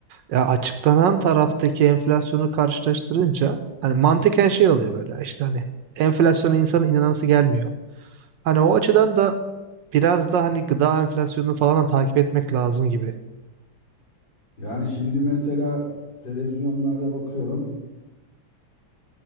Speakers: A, on the right (about 70°); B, on the left (about 60°).
A: ya açıklanan taraftaki enflasyonu karşılaştırınca hani mantıken şey oluyor böyle işte hani enflasyona insanın inanası gelmiyor. Hani o açıdan da biraz da hani gıda enflasyonunu falan da takip etmek lazım gibi.
B: Yani şimdi mesela televizyonlarda bakıyorum.